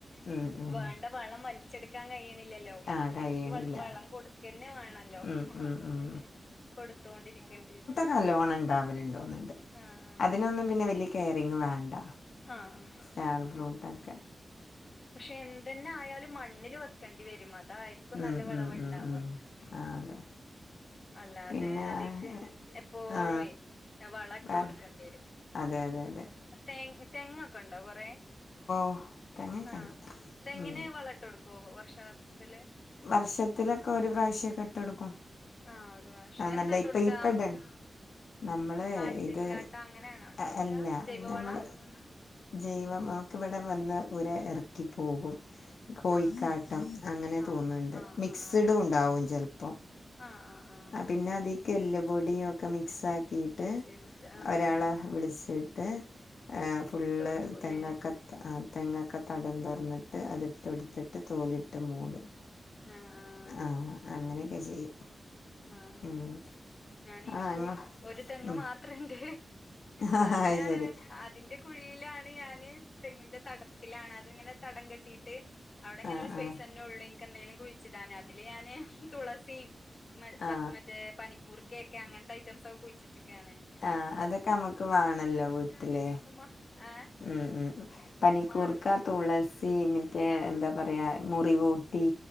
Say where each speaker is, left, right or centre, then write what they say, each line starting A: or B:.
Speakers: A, on the left; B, on the left.
A: ഉം ഉം
B: വേണ്ട വളം വലി ച്ചെടുക്കാൻ കഴിയണില്ലല്ലോ
A: ആഹ് കഴിയണില്ല
B: അതിക്ക് വൾ വളം കൊടുക്കെന്നെ വേണോലോ
A: ഉം ഉം
B: അപ്പൊ
A: ഉം
B: പിന്നെ കൊടുത്തോണ്ടിരിക്കേണ്ടിവ -
A: നല്ലോണണ്ടാവല്ണ്ടോന്ന്ണ്ട്
B: ആഹ്
A: അതിനൊന്നും പിന്നെ വലിയ കെയറിങ്ങ് വേണ്ട
B: ആഹ്
A: സ്റ്റാർ ഫ്രൂട്ടൊക്കെ
B: പക്ഷെ എന്തെന്നെ ആയാലും മണ്ണില് വെക്കെണ്ടി വരും അതായിരിക്കും നല്ല
A: ഉം
B: വെളവ്ണ്ടാവ.
A: ഉം ഉം ഉം ആഹ് അതെ
B: അല്ലാതെ
A: പിന്നെ
B: അതീക്ക്
A: എപ്പോഴുവേ
B: എപ്പോഴുവെ വളട്ട്
A: വേറെ
B: കൊടുക്കേണ്ടിവരും
A: അതെ അതെ അതെ
B: തെങ്ങ് തെങ്ങൊക്കെണ്ടോ കൊറെ
A: ഓഹ് തെങ്ങൊക്കണ്ട്
B: ആഹ് തെങ്ങിന്
A: ഉം
B: വളട്ട് കൊടുക്കോ വർഷത്തില്
A: വർഷത്തിലൊക്കെ ഒരു പ്രാവശ്യൊക്കിട്ടൊടുക്കും
B: ആഹ് ഒരു പ്രാവശ്യം
A: ആണല്ലേ
B: എന്താട്ട്
A: ഇപ്പൊ
B: കൊടുക്കാ
A: ഇപ്പടൻ നമ്മളെ
B: ആട്ടിൻ
A: ഇത്
B: കാട്ട അങ്ങനെയാണോ ഇട്ട്
A: അ
B: കൊടുക്കാ
A: അല്ല
B: ജൈവവള
A: നമ്മള് ജൈവം നമുക്കിവ്ടെ വന്ന് ഓര് എറക്കിപ്പോകും കോയിക്കാട്ടം
B: ആഹ്
A: അങ്ങനെ
B: ആഹ്
A: തോന്ന്ണ്ട്
B: ആഹ്
A: മിക്സ്ഡുണ്ടാവും
B: ആഹ്
A: ചെലപ്പൊ
B: ആഹ് ആഹ് ആഹ്
A: ആഹ് പിന്നതീക്കെല്ല് പൊടിയൊക്കെ മിക്സാക്കിയിട്ട്
B: മിക്സ് ചെയ്തിട്ട് ആഹ്
A: ഒരാളെ വിളിച്ചിട്ട് ഏഹ് ഫുള്ള്
B: ഇട്ട് കൊടുക്കൂല്ലേ
A: തെങ്ങൊക്ക- ആഹ് തെങ്ങൊക്ക തടം തൊറന്നിട്ട് അതിട്ടൊടുത്തിട്ട്
B: ഉം
A: തോലിട്ട് മൂടും
B: ആഹ് ആഹ്
A: ആഹ് അങ്ങനേക്കെ ചെയ്യും
B: ആഹ്
A: ഉം
B: ഞാനെനിക്കും
A: ആ ഞങ്ങൾ
B: ഒരു തെങ്ങ്
A: ഉം
B: മാത്രണ്ട്
A: ആ
B: അതിലാണ്
A: അത് ശരി
B: അതിന്റെ- കുഴിയിലാണ് ഞാന് തെങ്ങിന്റെ തടത്തിലാണ് അതിങ്ങനെ തടം കെട്ടിയിട്ട്- അവിടങ്ങനെ
A: ആ
B: ഒരു സ്പൈസന്നെള്ളൂ
A: ആ
B: ഇൻക്കെന്തേലും കുഴിച്ചിടാന് അതില് ഞാന് തുളസീം മൽ പ
A: ആ
B: മറ്റേ പനിക്കൂർകേക്കെ അങ്ങനത്തെ ഐറ്റംസൊക്കെ കുയ്ച്ചിട്ട്ക്കാണ്
A: ആഹ് അതൊക്കമ്മുക്ക് വാണല്ലൊ വീട്ടില്
B: ഉമ്മ ഏ
A: ഉം ഉം ഉം പനിക്കൂർക്ക
B: മാർഗില്ല
A: തുളസി മറ്റേ
B: ആ
A: എന്താ പറയ മുറികൂട്ടി